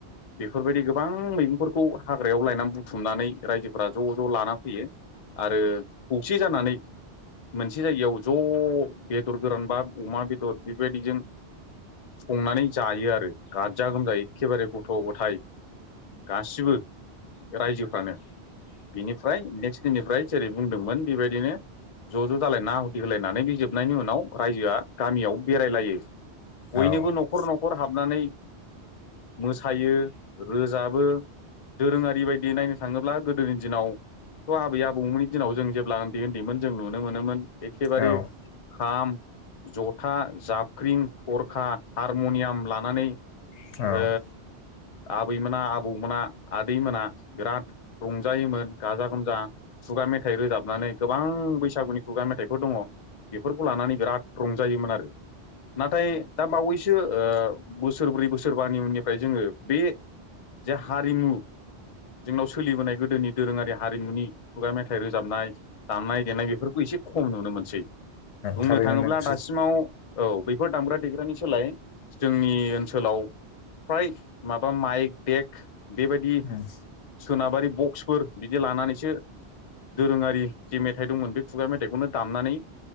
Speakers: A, on the left; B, on the left.
A: बेफोरबायदि गोबां मैगंफोरखौ हाग्रायाव लायनानै बुथुमनानै रायजोफोरा ज' ज' लाना फैयो। आरो खौसे जानानै। मोनसे जायगायाव ज' बेदर गोरान बा अमा बेदर बेबायदिजों संनानै जायो आरो गाजा गोमजा एखे बारे गथ' गथ थाय गासिबो रायजोफ्रानो। बिनिफ्राय नेक्स दिननिफ्राय जेरै बुंदोंमोन बेबायदिनो ज' ज' जालायना आहुति होलायनानै बे जोबनायनि उनाव रायजोआ गामियाव बेरायलायो। बयनोबो
B: औ
A: न'खर
B: औ
A: न'खर हाबनानै मोसायो रोजाबो दोरोङारि बायदि नायनो थाङोब्ला गोदोनि दिनाव थ' आबै आबौ मोननि दिनाव जों जेब्ला ओन्दै ओन्दैमोन जों नुनो मोनोमोन एखे बारे
B: औ नोंथां औ
A: खाम जथा जाबख्रिं थरखा हारम'नियाम लानानै
B: औ
A: ओ आबै मोना आबौ मोना आदै मोना बिराद रंजायोमोन गाजा गोमजा। खुगा मेथाइ रोजाबनानै गोबां बैसागुनि खुगा मेथाइफोर दङ बेफोरखौ लानानै बिराद रंजायोमोन आरो नाथाय दा बावैसो ओ बोसोरब्रै बोसोरबानि उननिफाय जोङो बे जे हारिमु जोंनाव सोलिबोनाय गोदोनि दोरोङारि हारिमुनि खुगा मेथाइ रोजाबनाय। दामनाय देनाय बेफोरखौ एसे खम नुनो मोनसै बुंनो
B: थारैनो
A: थाङोब्ला
B: नंगौ सैथो
A: दासिमाव ओव बेफोर दामग्रा देग्रानि सोलाय जोंनि ओनसोलाव फ्राय माबा माइक देक बेबायदि
B: उम,
A: सोनाबारि बक्सफोर बिदि लानानैसो दोरोङारि जे मेथाइ दंमोन बे खुगा मेथाइखौनो दामनानै